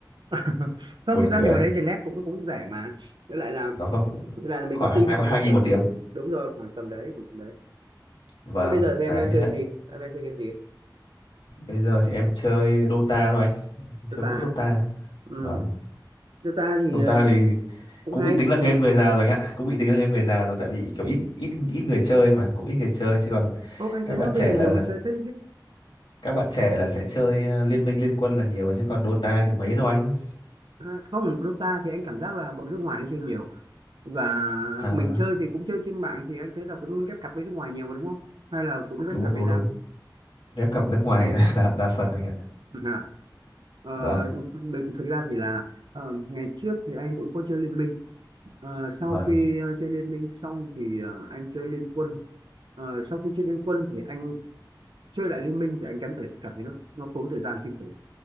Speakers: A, on the right; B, on the left.
A: <laughs> không
B: buồn
A: thực ra
B: cười
A: thì hồi đấy thì net cũng cũng rẻ mà với lại là
B: nó không
A: với lại là mình
B: khoảng
A: có team
B: hai ba
A: thì
B: hai
A: mình
B: nghìn
A: chơi
B: một
A: cũng
B: tiếng
A: vui đúng rồi khoảng tầm đấy khoảng tầm đấy
B: và
A: thế bây giờ thì em
B: đấy
A: đang chơi
B: thế ạ.
A: gì em đang chơi game gì
B: bây giờ thì em chơi Dota thôi anh chơi
A: Dota
B: mỗi Dota
A: à? ừ.
B: vâng
A: Dota thì
B: Dota
A: ờ,
B: thì
A: cũng
B: cũng
A: hay
B: bị tính là
A: cũng
B: game
A: hay
B: người già rồi anh ạ cũng bị tính là game người già rồi tại vì kiểu ít ít ít người chơi mà cũng ít người chơi chứ còn
A: ô anh
B: các
A: thấy nó
B: bạn
A: bây
B: trẻ
A: giờ nhiều
B: là
A: người chơi phết đấy chứ
B: các bạn trẻ là sẽ chơi ờ, liên minh liên quân là nhiều chứ còn Dota thì mấy đâu anh
A: à, không Dota thì anh cảm giác là bọn nước ngoài nó chơi nhiều và
B: à,
A: mình chơi thì cũng chơi trên mạng thì anh thấy là cũng ghép cặp với nước ngoài nhiều mà đúng không hay là cũng ghép
B: đúng
A: cặp
B: đúng
A: Việt Nam
B: đúng ghép cặp nước ngoài <laughs> là đa, đa phần anh ạ
A: à, ờ,
B: vâng
A: mình- thực ra thì là ờ, ngày trước thì anh cũng có chơi Liên Minh Ờ, sau
B: vâng
A: khi ờ, chơi Liên Minh xong thì ờ, anh chơi Liên Quân Ờ, sau khi chơi Liên Quân thì anh chơi lại Liên Minh thì anh cảm thấy cảm thấy nó nó tốn thời gian kinh khủng